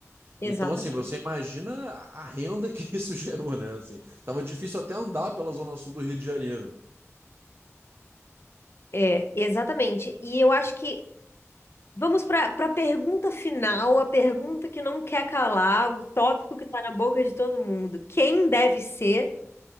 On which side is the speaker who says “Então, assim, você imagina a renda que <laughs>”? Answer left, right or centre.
Right